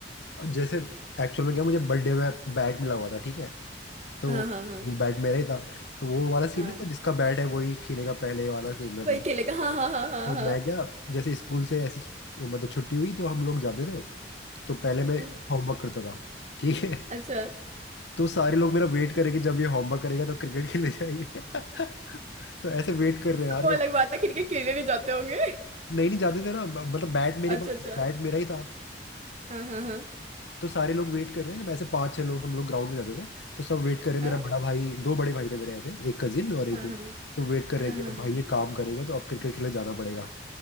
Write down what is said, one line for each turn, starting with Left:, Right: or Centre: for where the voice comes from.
Left: जैसे एक्चुअल में क्या मुझे बर्थडे में बैट मिला हुआ था ठीक है तो
Right: हाँ हाँ हाँ
Left: वो बैट मेरा ही था तो वो वाला सीन
Right: हाँ
Left: रहता जिसका बैट है वही खेलेगा पहले वाला सीन रहता
Right: वही
Left: था
Right: खेलेगा हाँ हाँ हाँ हाँ हाँ
Left: तो मैं
Right: हाँ,
Left: क्या जैसे स्कूल से ऐसी मतलब छुट्टी हुई तो हम लोग जाते थे तो पहले मैं
Right: हाँ,
Left: होमवर्क करता था ठीक है
Right: अच्छा
Left: तो सारे लोग मेरा वेट करेंगे जब ये होमवर्क करेगा तो क्रिकेट खेलने जाएंगे <laughs> तो ऐसे वेट कर रहे हैं अरे
Right: वो अलग
Left: आप-
Right: बात है क्रिकेट खेलने नहीं जाते होंगे
Left: नहीं नहीं जाते थे ना ब- मतलब बैट मेरे
Right: अच्छा
Left: पास
Right: अच्छा
Left: बैट मेरा ही था
Right: हाँ हाँ हाँ
Left: तो सारे लोग वेट कर रहे हैं हम ऐसे पांच छह लोग हम लोग ग्राउंड में जाते थे तो सब वेट कर रहे हैं
Right: हाँ
Left: मेरा बड़ा भाई दो बड़े भाई थे मेरे ऐसे एक कजिन और एक
Right: हाँ
Left: वो
Right: हाँ
Left: तो वेट कर
Right: हाँ
Left: रहे हैं कि
Right: हाँ
Left: अब भाई ये काम करेगा तो अब क्रिकेट खेलने जाना पड़ेगा